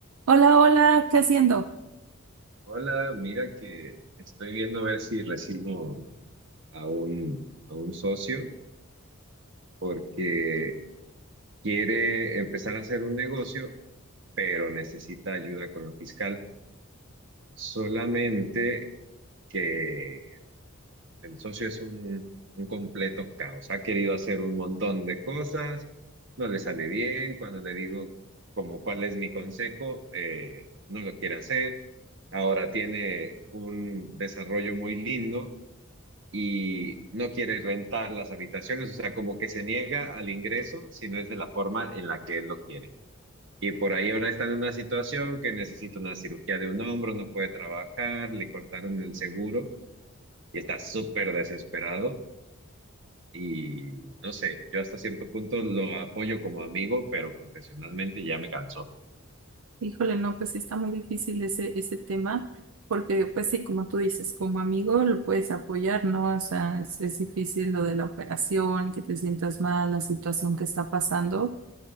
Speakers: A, on the right; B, on the right.
A: Hola, hola, ¿qué haciendo?
B: Hola, mira que estoy viendo a ver si recibo a un, a un socio porque quiere empezar a hacer un negocio, pero necesita ayuda con lo fiscal. Solamente que el socio es un, un completo caos. Ha querido hacer un montón de cosas, no le sale bien. Cuando le digo como cuál es mi consejo, eh, no lo quiere hacer. Ahora tiene un desarrollo muy lindo y no quiere rentar las habitaciones, o sea, como que se niega al ingreso si no es de la forma en la que él lo quiere. Y por ahí ahora está en una situación que necesita una cirugía de un hombro, no puede trabajar, le cortaron el seguro y está súper desesperado. Y no sé, yo hasta cierto punto lo apoyo como amigo, pero profesionalmente ya me cansó.
A: Híjole, no, pues sí está muy difícil ese, ese tema, porque pues sí, como tú dices, como amigo lo puedes apoyar, ¿no? O sea, es, es difícil lo de la operación, que te sientas mal, la situación que está pasando.